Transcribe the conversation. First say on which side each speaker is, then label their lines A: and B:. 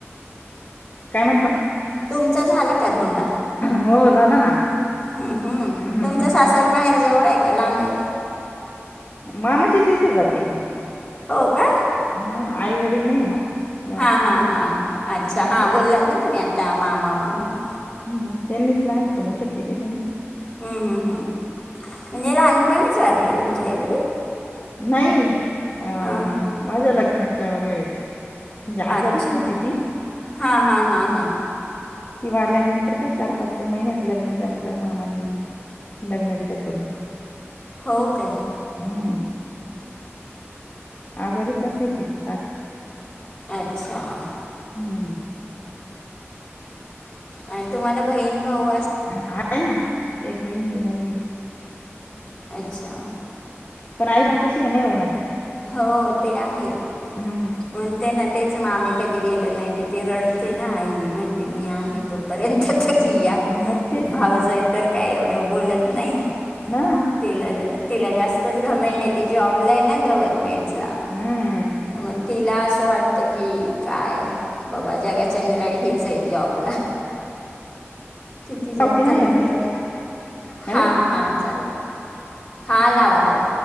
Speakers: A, on the left (about 35°); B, on the left (about 15°).
A: काय म्हणता
B: तुमचा झाला का धोंडा
A: हो झाला ना
B: हम्म हम्म
A: हम्म
B: तुमच्या सासर माहेर जवळ आहे का लांबे
A: मामाचीच इथं जाते
B: हो का
A: हा आई वडील नाही ना? वारलेले
B: हा हा हा अच्छा
A: मग
B: हा बोललात ना, तुम्ही आता मामा मामी
A: हम् त्यांनीच लहानसं मोठं केलेलं ना.
B: हम् हम्... म्हणजे लहानपणीच वाारले तुमच्या एव
A: नाही. अ..
B: हां
A: माझ्या लग्नाच्या वेळेस म्हणजे आजारीच
B: अच्छा
A: होती ती
B: हा हा हा हा...
A: ती वारल्यानंतर काय चार, पाच महिन्यात लग्न जमलं मामाने लग्न दिलं. करून
B: हो काय
A: हम्म आजारीच असायची ती सात
B: अच्छा..
A: हम्म..
B: आणि तुम्हाला बहीण भाऊ
A: हा आ आहे. ना एक बहीण हे भाऊ
B: अच्छा
A: पण, आई बापा शिय नाही हो मजा
B: हो ते आहे.
A: हम्म
B: म्हणते ना तेच मग, आम्ही कधी गेलं नाही कि ती रडते ना, आई म्हणते मी आहे तोपर्यंत तरी या
A: मग तेच
B: ते भावज
A: ना
B: आहे तर काय एवढं बोलत नाही,
A: हा
B: तिला तिला जास्तच घमेंट आहे. ती जॉबला आहे ना गव्हर्मेंट
A: हम्म
B: मग तिला असं वाटत की, काय बाबा जगाच्या मिरा हच आहे जॉबला तिथतीच
A: लावते हा
B: तंद्र
A: एकदा
B: तर हा
A: हॅलो
B: हा चालेल हा लावा लाव